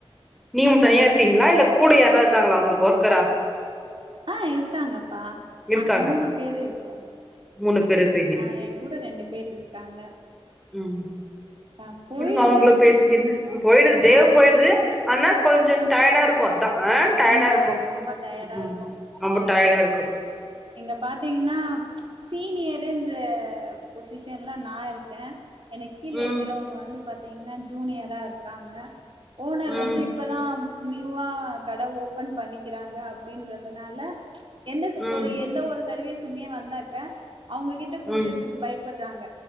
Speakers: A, in the centre; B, on the right.
A: நீயும் தனியா
B: அது
A: இருக்கீங்களா இல்ல கூட யார்னா இருக்காங்களா உங்களுக்கு ஒர்க்கரா
B: ஆ இருக்காங்கப்பா
A: இருக்காங்க
B: நாங்க மூணு பேரு இருக்கோம்
A: மூணு பேரு இருக்கிரி
B: ஆ எ கூட ரெண்டு பேர் இருக்காங்க
A: ம்
B: ஆ போயிடுது
A: உடுங்க அவுங்களு பேசிக்குனு போயிடுது டேவு
B: ஆ
A: போயிடுது
B: ஆ
A: ஆனா கொஞ்சோ டயர்டா இரு க்கு அதா அ
B: ஆமா
A: டயர்டா இருக்கு
B: ரொம்ப டயர்டா
A: ம் ம்
B: இருக்கு
A: ரொம்ப
B: அ
A: டயர்டா
B: எ
A: இருக்கு
B: இங்க பாத்தீங்கன்னா சீனியருன்ற பொசிஷன்ல நா இருக்க எனக்கு கீழ
A: ம்
B: இருக்கறவங்க வந்து பாத்தீங்கன்னா ஜூனியரா இருக்காங்க ஓனர்
A: ம்
B: வந்து இப்பதா நியூவா கட ஓபன் பண்ணிக்கிறாங்க அப்டின்றதுனால எந்த
A: ம்
B: ஒரு எந்த ஒரு சர்வீசுமே வந்தாக்க அவுங்க கிட்ட குடுக்குறதுக்கு
A: ம்
B: பயப்படுறாங்க